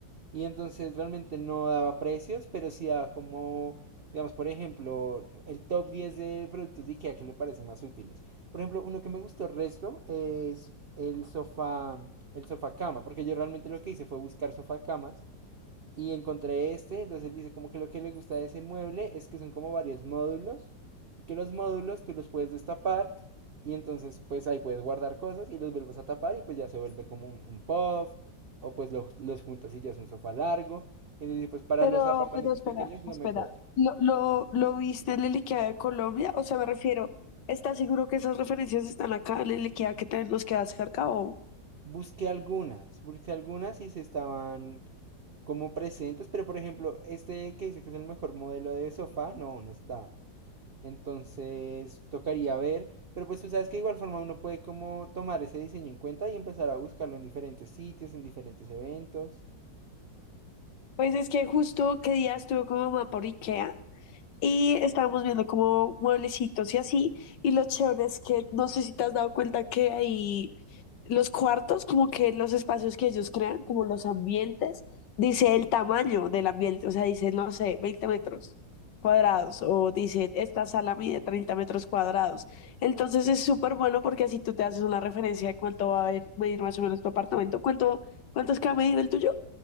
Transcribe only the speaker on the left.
Pero,
pero espera,
espera.
¿Lo, lo, lo viste en el IKEA de Colombia? O sea, me refiero, ¿estás seguro que esas referencias están acá en el IKEA que te, nos queda cerca o...?
Pues es que justo qué día estuve con mi mamá por IKEA Y estábamos viendo como mueblecitos y así. Y lo chévere es que no sé si te has dado cuenta que ahí los cuartos, como que los espacios que ellos crean, como los ambientes, dice el tamaño del ambiente. O sea, dice, no sé, veinte metros cuadrados. O dice, esta sala mide 30 metros cuadrados. Entonces es súper bueno porque así tú te haces una referencia de cuánto va a haber- medir más o menos tu apartamento. ¿Cuánto, cuánto es que va a medir el tuyo?